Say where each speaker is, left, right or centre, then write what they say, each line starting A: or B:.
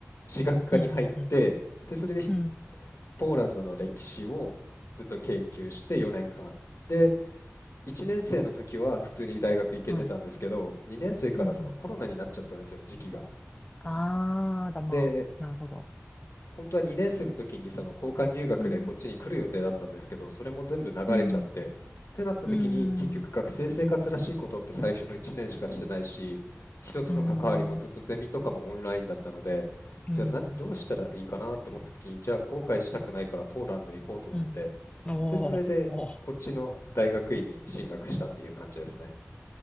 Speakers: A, on the left; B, on the left.
A: 史学科に入って、
B: うんうん
A: で、それで
B: うん。うん。
A: ポーランドの歴史をずっと研究して4年間。で、1年生の時は普通に大学行けてたんですけど、
B: はい。
A: 2年生からそのコロナになっちゃったんですよ、
B: うんうん。
A: 時期が。
B: ああ、だまあ。
A: で、
B: なるほど。
A: 本当は2年生の時にその交換留学でこっちに来る予定だったんですけど、
B: うん。
A: それも全部流れちゃって、
B: うん。
A: ってなった時に結局学生生活らしいことって最初の1年しかしてないし、
B: うん。うん。
A: 人との関わりもずっとゼミとかもオンラインだったので、
B: うん。うん。
A: じゃあなどうしたらいいかなって思った時に、
B: 大変だ。
A: じゃあ後悔したくないからポーランド行こうと思って、
B: うん。おーおー、
A: で、それで、こっちの大学院に進学したっていう感じですね。